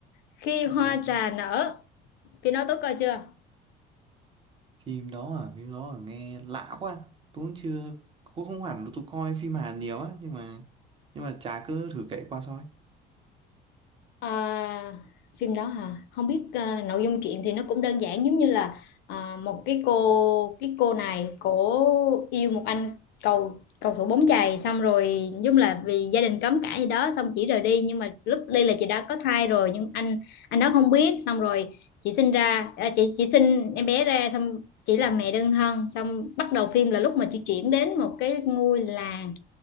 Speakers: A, on the left; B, on the right.
A: khi
B: ừ
A: hoa trà nở khi đó tôi coi chưa
B: phim đó à phim đó à nghe lạ quá tôi cũng chưa cũng không hẳn là tôi coi phim Hàn nhiều á nhưng mà nhưng mà chả cứ thử kể qua thôi
A: À, phim đó hả? Không biết à, nội dung chuyện thì nó cũng đơn giản giống như là à, một cái cô cái cô này cổ yêu một anh cầu cầu thủ bóng chày xong rồi giống là vì gia đình cấm cãi gì đó xong chỉ rời đi nhưng mà lúc đi là chị đã có thai rồi nhưng anh anh đó không biết xong rồi chị sinh ra à, chị chị sinh em bé ra xong chỉ là mẹ đơn thân xong bắt đầu phim là lúc mà chị chuyển đến một cái ngôi làng